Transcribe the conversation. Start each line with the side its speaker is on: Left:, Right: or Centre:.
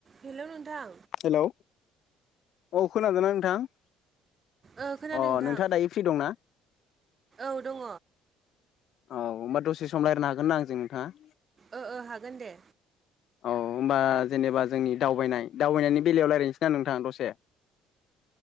Right: हेल' नोंथां
Left: हेलौ औ खोनादों नोंथां अ
Right: ओ खोनादों नोंथां
Left: नोंथाङा दायो फ्रि दंना
Right: औ दङ
Left: औ होनोमबा दसे सम रायनो हागोन ना आंजों नोंथाङा
Right: ओ-ओ हागोन दे
Left: औ होमबा जेनेबा जोंनि दावबायनाय दावबायनायनि बेलायाव रायलायनोसै ना नोंथां दसे